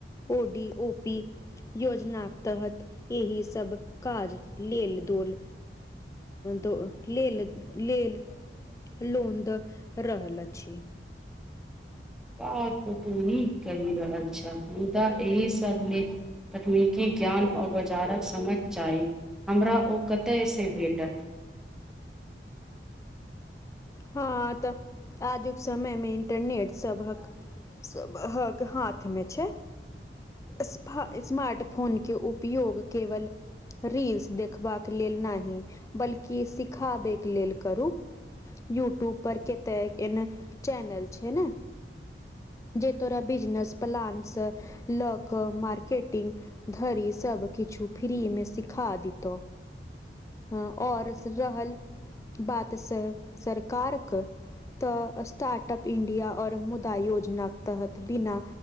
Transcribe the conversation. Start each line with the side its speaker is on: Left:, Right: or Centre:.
Left: O D O P. योजना तहत एहिसब काज लेल दोल। दो लेल लेल लौन दऽ रहल अछि।
Centre: बात त तु नीक कहि रहल छह मुदा एहि सबमे। तकनीकी ज्ञान ओर बाजारक समझ चाही हमरा ओ कतयस भेटत।
Left: ह तऽ आजुक समयमे इंटरनेट सबहक। सबहक हाथमे छैय। स्पा स्मार्ट फोनके उपयोग केवल। रील्स देखबाक लेल नहि बल्कि सिखाबैके लेल करू। यूट्यूब पर कते एन चेनल छैय न। जे तोरा बिजनेस पलानस लक मार्केटिंग। धरि सबकिछु फ्रीमे सिखा दितहु। ह आऔर रहल बात से सरकारक। तऽ स्टार्टअ अप इण्डिया आओर मुदा योजनाके तहत बिना।